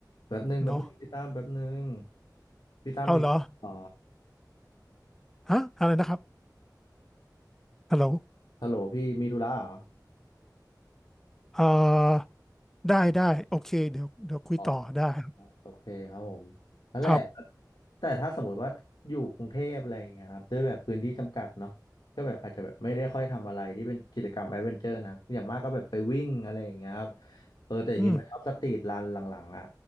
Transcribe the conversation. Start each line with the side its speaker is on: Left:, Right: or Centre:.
Left: แป๊บหนึ่งแป๊บหนึ่งพี่ตั้มแป๊บหนึ่ง
Centre: เนาะ
Left: พี่ตั้มมีอ๋อ
Centre: เอาเหรอฮะอะไรนะครับฮัลโหล
Left: ฮัลโหลพี่มีธุระเหรอ
Centre: เอ่อได้ได้โอเคเดี๋ยวเดี๋ยวคุยต่อได้ครับ
Left: อ๋อโอเคครับผม นั่นแหละ
Centre: ครับ
Left: แต่ถ้าสมมติว่าอยู่กรุงเทพอะไรอย่างเงี้ยครับด้วยแบบพื้นที่จำกัดเนาะก็แบบอาจจะแบบไม่ได้ค่อยทำอะไรที่เป็นกิจกรรมแอดเวนเจอร์นะอย่างมากก็แบบไปวิ่งอะไรอย่างเงี้ยครับเออแต่ฮิมอะชอบสตรีทรันหลังๆอ่ะ
Centre: อืม